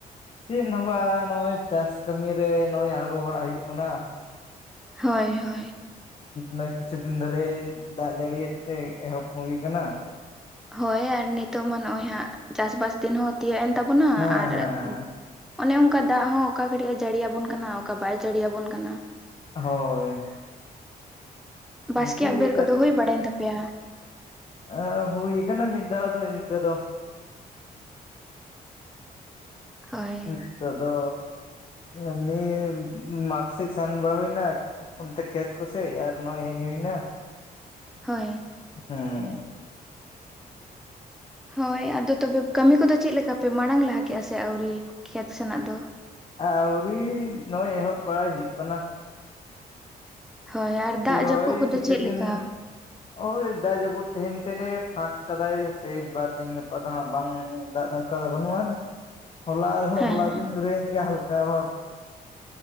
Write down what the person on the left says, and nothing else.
ᱪᱮᱫ ᱦᱚᱸ ᱵᱟ ᱱᱚᱜ- ᱚᱭ ᱪᱟᱥ ᱠᱟᱹᱢᱤ ᱨᱮ ᱱᱚᱜ-ᱚᱭ ᱟᱬᱜᱳ ᱵᱟᱲᱟ ᱦᱩᱭᱩᱜ ᱠᱟᱱᱟ᱾
ᱱᱚ ᱠᱤᱪᱷᱩ ᱫᱤᱱ ᱫᱷᱚᱨᱮ ᱫᱟᱜ ᱡᱟᱹᱲᱤᱭ ᱛᱮ ᱮᱦᱚᱵ ᱦᱩᱭᱩ ᱟᱠᱟᱱᱟ᱾
ᱦᱮᱸ
ᱦᱮᱸ
ᱦᱳᱭ
ᱤᱱᱠᱟᱹ ᱜᱮ
ᱟ ᱦᱩᱭ ᱠᱟᱱᱟ ᱢᱤᱫ ᱫᱟᱣ ᱫᱚ ᱤᱱᱠᱟᱹ ᱫᱚ
ᱱᱤᱛᱚᱜ ᱫᱚᱼᱼ ᱮᱢᱱᱤ ᱢᱟᱴᱷ ᱥᱮᱫ ᱥᱮᱱ ᱵᱟᱲᱟ ᱦᱩᱭᱱᱟ᱾ ᱚᱱᱛᱮ ᱠᱷᱮᱛ ᱠᱚᱥᱮᱡ ᱟᱨ ᱱᱚᱜᱼᱚᱭ ᱦᱮᱡ ᱦᱩᱭ ᱮᱱᱟ᱾
ᱦᱩᱸᱻ
ᱟᱹᱣᱨᱤ ᱱᱚᱜᱼᱚᱭ ᱮᱦᱚᱵ ᱵᱟᱲᱟᱭ ᱦᱩᱭᱩᱜ ᱠᱟᱱᱟ᱾
ᱨᱚᱦᱚᱭ
ᱠᱤᱪᱩ
ᱫᱤᱱ
ᱦᱳᱭ ᱫᱟᱜ ᱡᱟᱹᱯᱩ ᱛᱮᱦᱮᱱ ᱛᱮᱫ ᱮ ᱯᱷᱟᱸᱠ ᱠᱟᱫᱟᱭ ᱦᱟᱯᱮ ᱵᱟᱨᱫᱤᱱ ᱜᱟᱯᱟ ᱫᱚ ᱦᱟᱜ ᱵᱟᱝ ᱫᱟᱜ ᱫᱚᱼᱼ ᱚᱱᱠᱟ ᱫᱚ ᱵᱟᱹᱱᱩᱜ ᱟᱱ ᱦᱚᱞᱟ
ᱦᱚᱞᱟ ᱫᱤᱱ ᱧᱩᱨᱟᱹᱭᱮᱱ ᱜᱮᱭᱟ ᱦᱟᱞᱠᱟ ᱵᱷᱟᱵ᱾